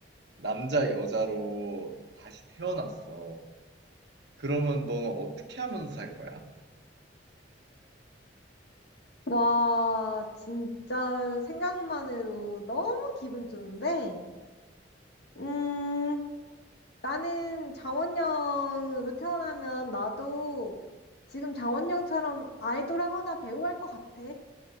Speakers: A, on the right; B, on the left.
A: 남자, 여자로 다시 태어났어. 그러면 너는 어떻게 하면서 살 거야?
B: 와, 진짜 생각만으로 너무 기분 좋은데, 음, 나는 장원영으로 태어나면 나도 지금 장원영처럼 아이돌하거나 배우 할 것 같아.